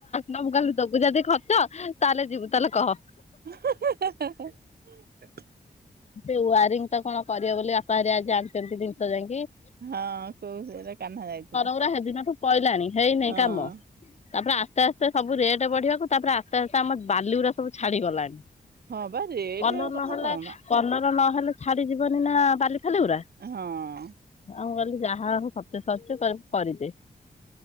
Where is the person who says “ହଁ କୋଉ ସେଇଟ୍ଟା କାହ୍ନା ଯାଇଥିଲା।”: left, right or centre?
Right